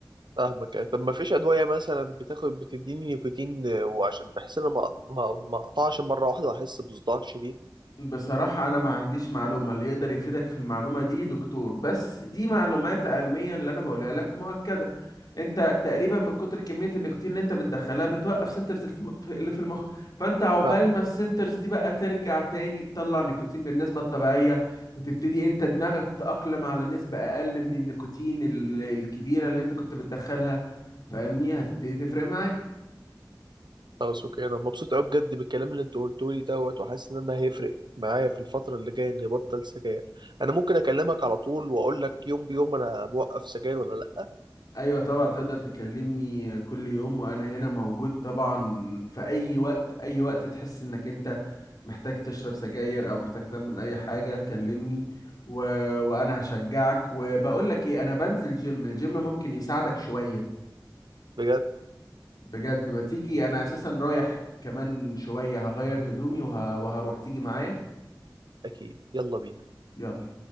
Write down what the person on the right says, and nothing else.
فاهمك يعني طب ما فيش ادويه مثلا بتاخد بتديني نيكوتين آه، وعشان بحس ان انا ما ما ما اقطعش مره واحده واحس بصداع شديد
فاهم.
خلاص اوكي انا مبسوط قوي بجد بالكلام اللي انت قلته لي دوت وحاسس ان انا هيفرق معايا في الفتره اللي جايه اني ابطل سجاير انا ممكن اكلمك على طول واقول لك يوم بيوم انا بوقف سجاير ولا لا
بجد
اكيد يلا بينا